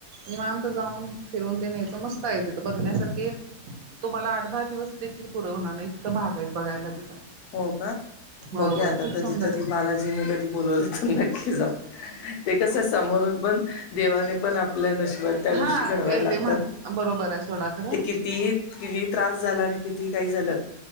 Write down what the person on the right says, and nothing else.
निवांत जाऊन फिरून तेन यायचं, मस्त आहे तिथं बघण्यासारखे. तुम्हाला आठ दहा दिवस देखील पुर होणार नाही. इतकं भाग आहेत बघायला तिथं.
होय
होय
खूप
सुंदर आहे
हा
ते
ते म्हण बरोबर आहे सोडा खरं